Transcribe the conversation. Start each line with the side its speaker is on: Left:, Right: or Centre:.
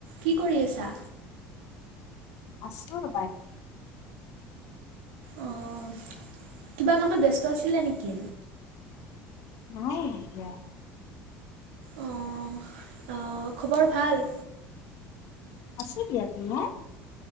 Right: কি কৰি আছা?
Left: আছোঁ ৰবা এনে।
Right: অ', কিবা কামত ব্যস্ত আছিলা নেকি?
Left: নাই এতিয়া।
Right: অ', অ' খবৰ ভাল?
Left: আছো দিয়া, তোমাৰ?